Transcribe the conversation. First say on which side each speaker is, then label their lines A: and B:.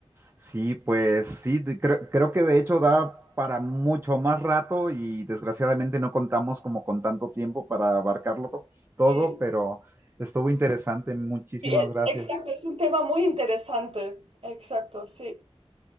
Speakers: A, on the right (about 20°); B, on the right (about 60°).
A: Sí, pues sí, de- creo, creo que de hecho da para mucho más rato y desgraciadamente no contamos como con tanto tiempo para abarcarlo to- todo,
B: Sí.
A: pero estuvo interesante. Muchísimas
B: Sí, e-
A: gracias.
B: exacto, es un tema muy interesante. Exacto, sí.